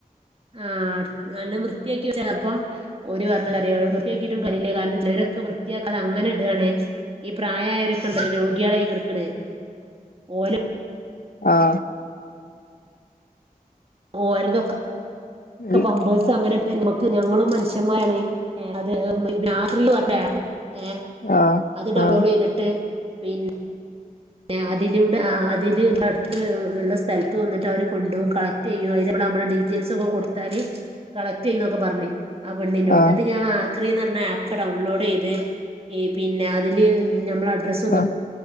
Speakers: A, on the right; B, on the left.
A: ആഹ് നല്ല വൃത്തിയാക്കി വെച്ച <unintelligible> അപ്പോ ഓര് പറഞ്ഞെ എന്താഅറ്യോ വൃത്തിയാക്കിയിട്ടും കാര്യല്ല കാരണം ചെ ക്കെ വൃത്തിയാക്കാതെ അങ്ങനെ ഇടാണ് ഈ പ്രായൊരൊക്കെണ്ടല്ലൊ കുട്ട്യാളായി കെട്ക്ക്ണേ ഓല
B: ആഹ്
A: ഓരതൊക്ക്
B: ഉം,
A: പമ്പേഴ് അങ്ങനെ നമക്ക് ഞങ്ങളും മനുഷ്യന്മാരണ് അത് രാത്രി പറഞ്ഞ ഏഹ്
B: ആ
A: അത് ഡൗൺലോഡ്
B: ആ
A: ചെയ്തിട്ട് പിന്നെ എഹ് അതിലൂടെ ആഹ് അതില് അട്ത്ത് ഹ്ള്ള സ്ഥൽത്ത് വന്നിട്ട് അവര് കൊണ്ടോഉം കളക്ട് ചെയ്യ നമ്മുടെ ഡീറ്റെൽസൊക്കെ കൊടുത്താല് കളക്ട് ചെയ്യൊന്നൊക്കെ പറഞ് ആഹ് പെണ്ണ് ഇനോട്
B: ആ
A: എന്നിട്ട് ഞാൻ ക്രി ന്ന പറ്ഞ്ഞ ആപ്പ് ഡൗൺലോഡ് ചെയ്ത് ഇ പിന്നെ അതില് ഞമ്മളെ അഡ്രസ്സ്
B: ആ